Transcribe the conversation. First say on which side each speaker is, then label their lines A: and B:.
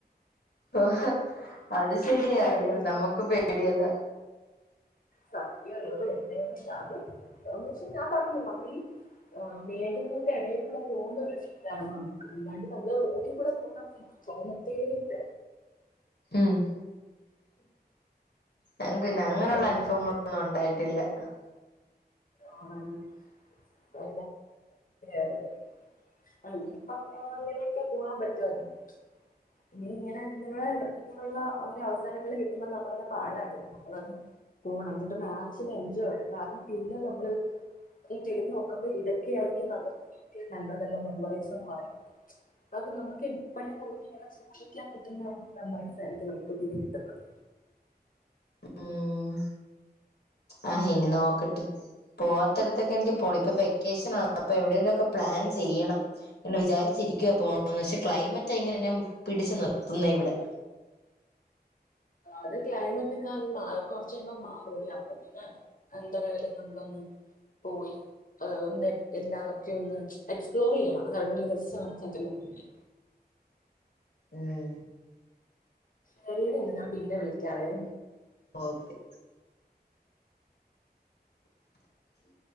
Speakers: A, on the left (about 80°); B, on the left (about 55°).
A: ഓ അത് ശരിയായോ
B: ഓട്ടിക്കുന്നത്
A: നമ്മുക്ക് പേടിയതാ
B: സത്യല്ലത് എന്നൊന്നില്ല അത് അതെന്ന് വെച്ചാൽ ഞാൻ പറഞ്ഞില്ലേ നമ്മൾ ഈ മേഘങ്ങളുടെ ഇടയിൽ കൂടെ പോകുന്ന ഒരു ഫീലാണ് നമുക്ക് അല്ലാണ്ട് നമ്മള് റോഡിൽ കൂടെ പോന്ന നമുക്ക് തോന്നത്തേയില്ല
A: ഉം ഞങ്ങക്ക്ന്ന അങ്ങനെയുള്ള
B: അങ്ങനെ
A: അനുഭവങ്ങളൊന്നും ഉണ്ടായിട്ടില്ല ആ
B: ആഹ <unintelligible> അതതെ ഇങ്ങിപ്പം ന്താങ്ങനെ െ പോവാൻ പറ്റുവല്ലും ഇനി ഇങ്ങനെ ഇങ്ങനെ ഇുള്ള ഒരു അവസരങ്ങള്ൾ കിട്ടുമ്പോൾ നമ്മളത് പാഴാക്കണം നമ്മളന്ന് പോണം എന്നിട്ട് മാച്ചില് എൻജോയ് വണം പിന്നെ നമ്മള് തിരിഞ്ഞു നോക്കുമ്പോൾ ഇതൊക്കെയ ആയിരിക്കും നമുക്ക് നല്ല നല്ല മെമ്മറീസ് എന്ന് പറയുന്നത് അത് നമുക്ക് എപ്പോഴും നമുക്ക് ഇങ്ങനെ സൂക്ഷിക്കാൻ പറ്റുന്ന മെമ്മറീസ് ആയിരിക്കും നമുക്ക് പിന്നെ കിട്ടുന്നത്
A: ഉം ആ് ഇനി നോക്കട്ട് പോത്തിടത്തൊക്കെ എനിക്ക് പോണം ഇപ്പൊ വെക്കേഷൻ ആണ് അപ്പൊ എവിടെേലും ഒക്കെ പ്ലാൻ ചെയ്യണം എന്നന്ന് വിചാരിച്ചിരിക്കും പോണം പക്ഷെ ക്ലൈമറ്റ് എങ്ങനെന്നെ പിടിച്ചു നിർത്തുന്ന ഇവിടെ
B: അത് ക്ലൈമറ്റ് ഒക്കെ അ മാ കൊറച്ചുമ്പോ മാറൂടി അപ്പ പിന്നെ എന്തരിലും നമ്മളൊന്ന് പോയി ഒന്ന് എല്ലാം ഒക്കെ ഒന്ന് എക്സ്പ്ലോർ ചെയ്യണം അത അടിലിയ രസമാണ് സത്യം പറഞ്ഞെ
A: ഉം
B: ശരിീടന്ന് ഞാൻ പിന്നെ വിളിക്കറെ
A: ഓക്കെ ഉ